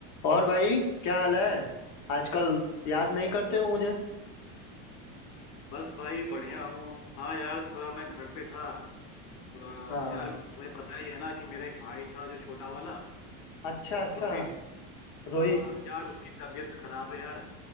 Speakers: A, on the left; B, on the left.
A: और भाई क्या हाल है आजकल याद नहीं करते हो मुझे
B: बस भाई बढ़िया हूँ हाँ यार थोड़ा मैं घर पे था थोड़ा
A: हाँ
B: यार तुम्हें पता ही है ना कि मेरा एक भाई था जो छोटा वाला
A: अच्छा अच्छा
B: रोहित आ,
A: रोहित
B: यार उसकी तबीयत खराब है यार